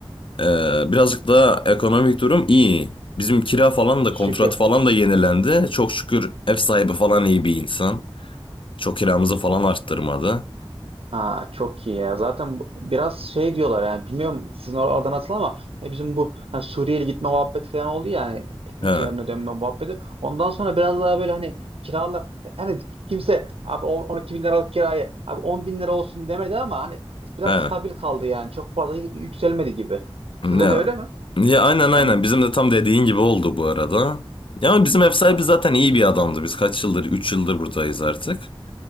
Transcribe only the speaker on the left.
eee, birazcık daha ekonomik durum iyi. Bizim kira falan da
kontrat falan da yenilendi. Çok şükür ev sahibi falan iyi bir insan. Çok kiramızı falan arttırmadı.
He,
he.
Ya,
ya aynen aynen.
Bizim de tam dediğin gibi oldu bu arada. Ya bizim ev sahibi
zaten iyi bir adamdı. Biz kaç yıldır? üç yıldır buradayız artık.